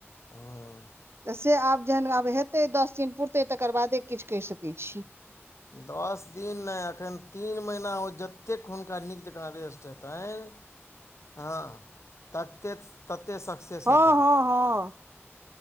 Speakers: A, on the left; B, on the right.
A: हँ
B: तऽ से आब जहन आब हेतै, दस दिन पुरतै तकर बादे किछ कहि सकै छी।
A: दस दिन नहि, एखन तीन महिना, ओ जतेक हुनका नीक जँका रेस्ट हेतनि हँ, तत्ते तत्ते सक सतेन
B: हँ हँ हँ